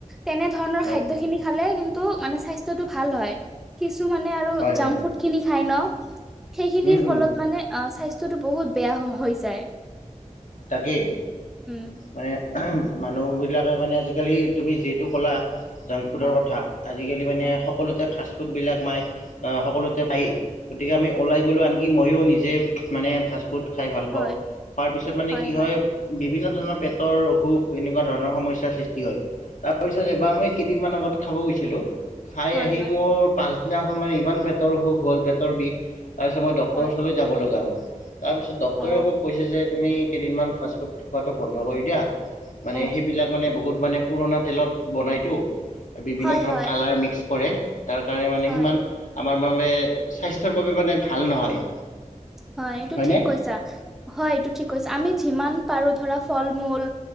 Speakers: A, in the centre; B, on the left.
A: তেনেধৰণৰ
B: হয়
A: খাদ্য খিনি খালে কিন্তু মানে স্বাস্থ্যতটো ভাল হয়, কিছু মানে আৰু
B: হয় হয়
A: জাংক ফুড খিনি খাই ন। সেইখিনিৰ
B: উম,
A: ফলত
B: উম,
A: মানে অহ, স্বাস্থ্যযটো বহুত বেয়া হৈ যায়।
B: তাকেই,
A: উম
B: মানে মানুহবিলাকে মানে আজিকালি তুমি যিহেতু ক'লা। জাংক ফুডৰ
A: অ
B: কথা, আজিকালি মানে
A: অ
B: সকলোতে ফাষ্ট ফুডবিলাক মায় সকলোতে পায়েই, গতিকে আমি ওলাই গ'লো আনকি ময়ো নিজে মানে ফ ফুড খাই ভাল
A: হয়
B: পাওঁ। খোৱাৰ পিছত মানে
A: হয়
B: কি
A: হয়
B: হয় বিভিন্ন ধৰণৰ পেটৰ অসুখ, এনেকুৱা ধৰণৰ সমস্যাৰ সৃষ্টি হয়। তাৰপিছত এবাৰ মই কেইদিনমান আগত খাব গৈছিলোঁ, খাই
A: হয়
B: আহি
A: হয়
B: মোৰ পাছদিনাখন মানে ইমান পেটৰ সুখ হ'ল, পেট বিষ। তাৰপিছত মই ডক্তৰ
A: হয়
B: ওচৰলৈ যাব লগা হ'ল, তাৰপিছত ডক্টৰেও
A: অ
B: মোক কৈছে যে তুমি কেইদিনমান ফাষ্টফুড খোৱাটো বন্ধ কৰি দিয়া, মানে
A: অ
B: সেইবিলাক মানে বহুত মানে পুৰণা তেলত বনাইতো আৰু বিভিন্ন
A: হয়
B: ধৰণৰ
A: হয়
B: কালাৰ মিক্স কৰে। তাৰ কাৰণে মানে
A: হয়
B: সিমান আমাৰ ম স্বাস্থ্যৰ বাবে মানে ভাল নহয়।
A: হয়, এইটো
B: হয়নে?
A: ঠিক কৈছা। হয়, এইটো থিককৈছা, বআমি যিমান পাৰো ধৰা ফল-মূল,